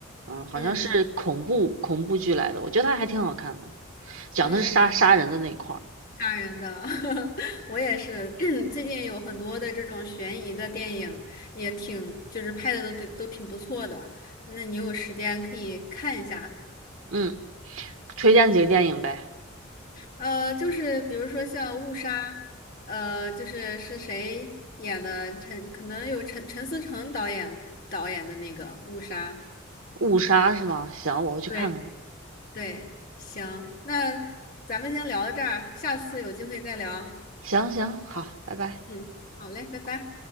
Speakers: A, on the right; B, on the left.
A: 嗯，好像是恐怖恐怖剧来的，
B: 嗯
A: 我觉得它还挺好看的，讲的是杀杀人的那一块儿。
B: 嗯。吓人的，<laughs> 我也是。<clears throat> 最近有很多的这种悬疑的电影，也挺就是拍的都对都挺不错的。那你有时间可以看一下。
A: 嗯，推荐几个电影呗，
B: 嗯，呃，就是比如说像《误杀》，呃，就是是谁演的？陈可能有陈陈思诚导演导演的那个《误杀》。
A: 《误杀》是吗？行，我回去看看。
B: 对对，行，那咱们先聊到这儿，下次有机会再聊。
A: 行行，好，拜拜。
B: 嗯，好嘞，拜拜。